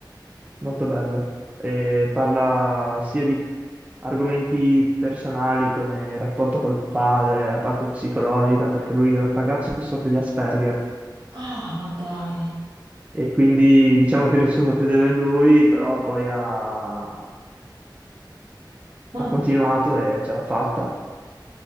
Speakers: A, on the right (about 15°); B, on the right (about 70°).
A: molto bello, e parla sia di argomenti personali come il rapporto col padre, la parte psicologica, perché lui è un ragazzo che soffre di Asperger
B: Ah, ma dai,
A: e quindi diciamo che nessuno credeva in lui, però poi ha, ha
B: ma
A: continuato e ce l'ha fatta.